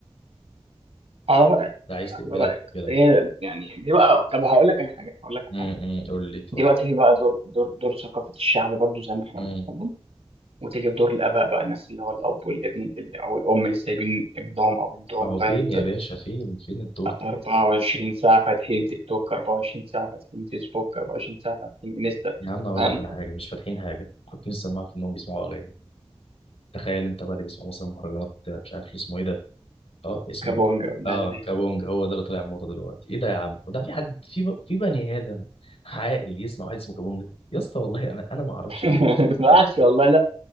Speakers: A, on the right (about 80°); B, on the left (about 75°).
A: على رأيك
B: ده عايز
A: على
B: تقفلها
A: رأيك
B: تقفلها
A: بس هي يعني دي بقى طب هقول لك على حاجة هقول لك على
B: امم
A: حاجة
B: قول لي طب
A: دي بقى تيجي بقى دور دور دور ثقافة الشعب برضو زي ما احنا
B: امم
A: بنتكلم وتيجي بدور الآباء بقى الناس اللي هو الأب والابن ال- أو الأم اللي سايبين ابنهم أو بنتهم
B: ما هو
A: فاهم
B: فين
A: أنت
B: يا باشا فين فين الدور ده
A: 24 ساعة فاتحين تيك توك 24 ساعة فاتحين فيسبوك 24 ساعة فاتحين انستا
B: يا عم اقول
A: فاهم
B: لك
A: أنت
B: على حاجه مش فاتحين حاجه حاطين السماعه في انهم بيسمعوا اغاني تخيل انت بقى اللي بيسمع مثلا مهرجانات مش عارف اسمه ايه ده اه اسمه
A: كابونجا
B: ايه
A: والناس
B: اه
A: دي
B: كابونج هو ده اللي طالع موضه دلوقتي ايه ده يا عم وده في حد في ب... في بني ادم عاقل يسمع واحد اسمه كابونج يا اسطى والله انا انا ما اعرفش
A: <laughs>
B: الناس <laughs> بتفكر
A: ما
B: ازاي.
A: عادش والله لا